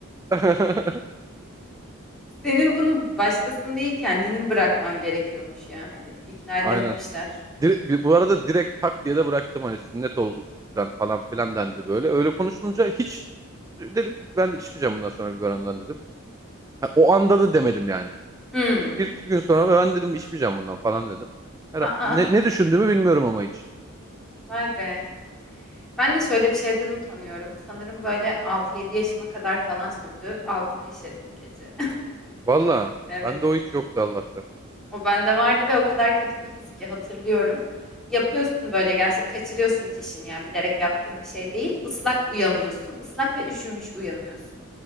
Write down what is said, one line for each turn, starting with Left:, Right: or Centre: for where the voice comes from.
Right: <laughs>
Centre: Senin bunu başkasını değil kendini bırakman gerekiyormuş ya hani ikna edememişler.
Right: Aynen. Dire- bir- bu arada direkt tak diye de bıraktım hani sünnet ol lan falan filan dendi böyle. Öyle konuşulunca hiç dedim ki ben de içmeyeceğim bundan sonra biberondan dedim. Ha, o anda da demedim yani.
Centre: Hmm.
Right: Bir iki gün sonra ben dedim içmeyeceğim bundan falan dedim. Her,
Centre: Aa,
Right: ne, ne düşündüğümü bilmiyorum ama hiç.
Centre: vay be. Ben de şöyle bir şeyden utanıyorum. Sanırım böyle altı yedi yaşıma kadar falan sürdü. Altıma işedim gece. <laughs>
Right: Valla
Centre: Evet.
Right: bende o hiç yoktu Allah'tan.
Centre: O bende vardı ve o kadar kötü bir his ki hatırlıyorum. Yapıyorsun böyle gerçekten kaçırıyorsun çişini ya bilerek yaptığın bir şey değil. Islak uyanıyorsun. Islak ve üşümüş uyanıyorsun.